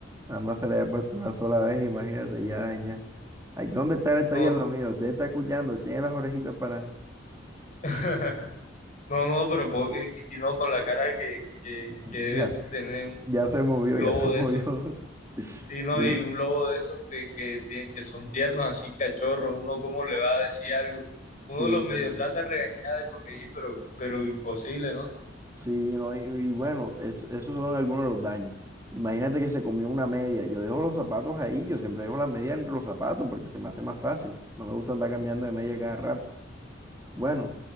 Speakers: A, on the right; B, on the left.
A: Mamá se le había puesto una sola vez, imagínate, ya daña. Aquí donde está el
B: no,
A: taller lo mío, debe estar escuchando, tiene las orejitas para.
B: <laughs> no, no, pero po- y, y no con la cara que, que,
A: Ujú,
B: que debe
A: Ya sé,
B: tener un
A: ya se movió,
B: lobo
A: ya se movió.
B: de eso.
A: <laughs>
B: Sí, no,
A: Sí,
B: y un lobo de esos que, que, tie- que son tiernos, así cachorros, uno cómo le va a decir algo. Uno
A: sí,
B: los medio
A: sí.
B: trata de regañar, de corregir, pero, pero imposible, ¿no?
A: Sí, no, y, y bueno, es- esos son algunos de los daños. Imagínate que se comió una media. Yo dejo los zapatos ahí, yo siempre dejo la media entre los zapatos porque se me hace más fácil. No me gusta andar cambiando de media cada rato. Bueno,